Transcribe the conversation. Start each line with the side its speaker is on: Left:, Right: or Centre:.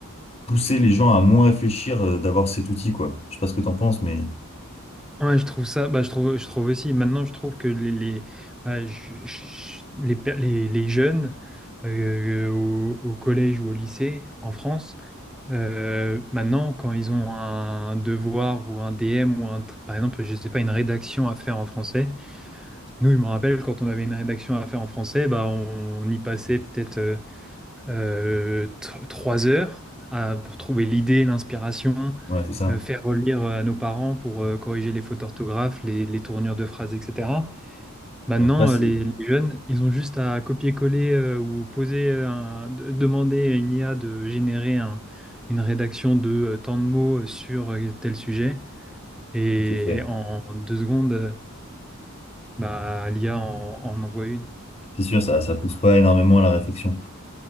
Left: pousser les gens à moins réfléchir euh, d'avoir cet outil, quoi. Je sais pas ce que t'en penses, mais
Centre: Ouais, je trouve ça, bah, je trouve, je trouve aussi, maintenant je trouve que les, les, bah, je- je- les, per- les, les jeunes euh, euh, au, au collège ou au lycée en France, euh, maintenant quand ils ont un devoir ou un DM ou un, tr- par exemple, je sais pas, une rédaction à faire en français, nous, je me rappelle quand on avait une rédaction à faire en français, bah, on, on y passait peut-être euh, euh, tr- trois heures à- pour trouver l'idée, l'inspiration,
Left: ouais, c'est ça.
Centre: euh, faire relire euh, à nos parents pour euh, corriger les fautes d'orthographe, les, les tournures de phrases, etc. Maintenant,
Left: Après, c'est
Centre: euh, les, les jeunes, ils ont juste à copier-coller euh, ou poser, euh, un- de- demander à une IA de générer un- une rédaction de euh, tant de mots euh, sur euh, tel sujet. Et
Left: c'est vrai.
Centre: en deux secondes, euh, bah, l'IA en, en envoie une.
Left: C'est sûr, ça, ça pousse pas énormément à la réflexion.